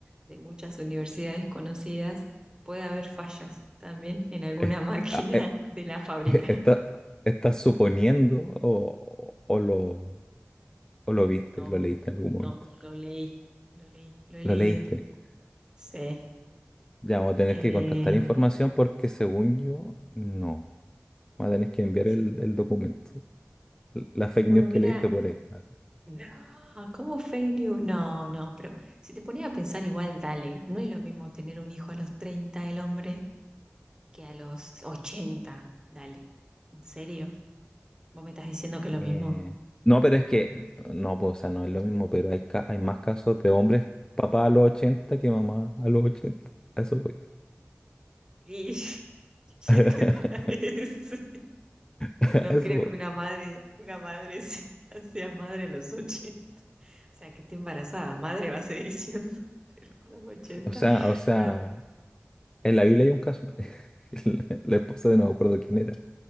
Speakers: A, on the right (about 15°); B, on the left (about 15°).
A: de muchas universidades conocidas, puede haber fallas también en alguna
B: est-
A: <laughs> máquina
B: ah, eh,
A: de la fábrica.
B: eh, está, está suponiendo o, o- o lo, o lo viste,
A: No,
B: lo leíste en algún momento.
A: no, lo leí, lo leí, lo he leído.
B: Lo leíste.
A: Sí.
B: Ya vamos a tener
A: Eh,
B: que contrastar información porque según yo, no. Vamos a tener que enviar
A: Sí.
B: el, el documento. La fake
A: Bueno,
B: news
A: mira,
B: que leíste por ahí. Vale.
A: no, ¿cómo fail you? No, no, pero si te pones a pensar igual, dale, no es lo mismo tener un hijo a los 30 el hombre que a los 80, dale, ¿en serio? ¿Vos me estás diciendo que
B: Eh,
A: es lo mismo?
B: no, pero es que, no, pues, o sea, no es lo mismo, pero hay, ca- hay más casos de
A: Ajá.
B: hombres papá a los ochenta que mamá a los ochenta A eso voy.
A: ¿Y <laughs> qué
B: <laughs>
A: te parece?
B: A
A: No
B: eso
A: creo
B: voy.
A: que una madre, una madre <laughs> sea, sea madre a los 80, o sea, que esté embarazada, madre va a seguir diciendo, <laughs> pero a los 80,
B: O sea, o sea,
A: bueno,
B: en la Biblia
A: ¿qué?
B: hay un caso. <laughs> La la esposa de no me acuerdo quién era,